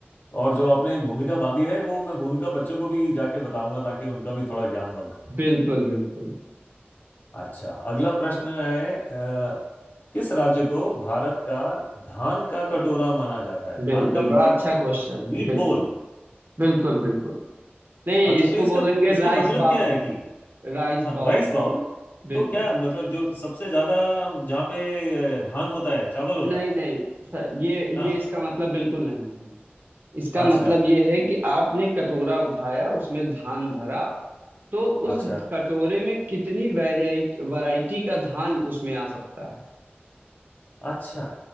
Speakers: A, on the left; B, on the right.
A: और जो आपने भूमिका बांधी है वो मैं भूमिका बच्चों को भी जाके बताऊंगा ताकि उनका भी थोड़ा ज्ञानवर्धन हो
B: बिल्कुल बिल्कुल
A: अच्छा अगला प्रश्न है अ, किस राज्य को भारत का धान का कटोरा माना जाता है धान
B: बिल्कुल
A: का मतलब
B: बड़ा अच्छा क्वेश्चन
A: वीट
B: है बिल्कुल
A: बोल
B: बिल्कुल बिल्कुल नहीं
A: अच्छा
B: इसको
A: तो इसका
B: बोलेंगे
A: इसका
B: राइस
A: मतलब
B: बाउल
A: क्या है कि
B: Rice
A: हाँ,
B: bowl
A: राइस बाउल
B: बिल्कुल
A: तो क्या है? मतलब जो सबसे ज्यादा जहाँ पे अ, धान होता है चावल होता
B: नहीं
A: है
B: नहीं सर ये
A: हाँ
B: ये इसका मतलब बिल्कुल नहीं है इसका
A: अच्छा
B: मतलब ये है कि आपने कटोरा उठाया उसमें धान भरा तो
A: अच्छा
B: उस कटोरे में कितनी वैरायटी वैरायटी का धान उसमें आ सकता है
A: अच्छा